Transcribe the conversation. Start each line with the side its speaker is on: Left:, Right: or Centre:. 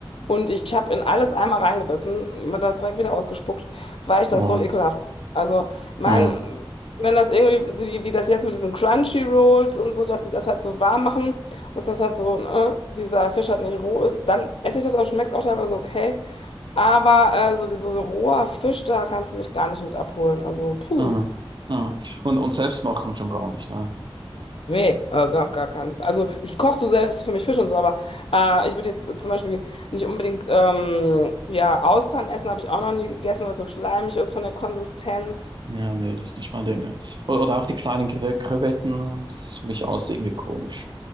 Left: Und ich habe in alles einmal reingebissen, mir das direkt wieder ausgespuckt, weil ich das
Right: Wow.
Left: so ekelhaft. fand. Also, mein,
Right: Ja.
Left: wenn das irgendwie, wie, wie das jetzt mit diesen Crunchy Rolls und so, dass sie das halt so warm machen und dass das halt so, äh, dieser Fisch halt nicht roh ist, dann esse ich das auch, schmeckt auch teilweise okay. Aber äh, so dieser so roher Fisch, da kannst du mich gar nicht mit abholen. Also, puh.
Right: Hm. Hm. Und, und selbst machen schon gar nicht, ne?
Left: Nee, äh, gar, gar keinen Fall. Also ich koche so selbst für mich Fisch und so, aber äh, ich würde jetzt äh, zum Beispiel nicht unbedingt ähm, ja, Austern essen, habe ich auch noch nie gegessen, weil es so schleimig ist von der Konsistenz.
Right: Ja, nee, das ist nicht mein Ding. Ja. O- Oder auch die kleinen Kre- Krevetten, das ist für mich alles irgendwie komisch.